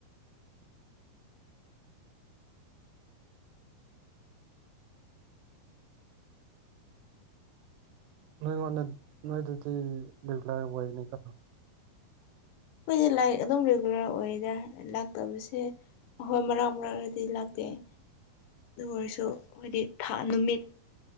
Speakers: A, on the right; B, on the left.
A: ꯅꯣꯏ ꯅꯣꯏ ꯑꯗꯨꯗꯤ ꯔꯦꯒꯨꯂꯔ ꯑꯣꯏꯅꯤ ꯀꯣ
B: ꯑꯩꯈꯣꯏꯁꯦ ꯂꯥꯏꯔꯤꯛ ꯑꯗꯨꯝ ꯔꯤꯒꯨꯂꯔ ꯑꯣꯏꯗ ꯂꯥꯛꯇꯕꯁꯦ ꯍꯣꯏ ꯃꯔꯥꯡ ꯃꯔꯥꯡꯔꯗꯤ ꯂꯥꯛꯇꯦ ꯑꯗꯨ ꯑꯣꯏꯔꯁꯨ ꯍꯥꯏꯣꯏꯗꯤ ꯅꯨꯃꯤꯠ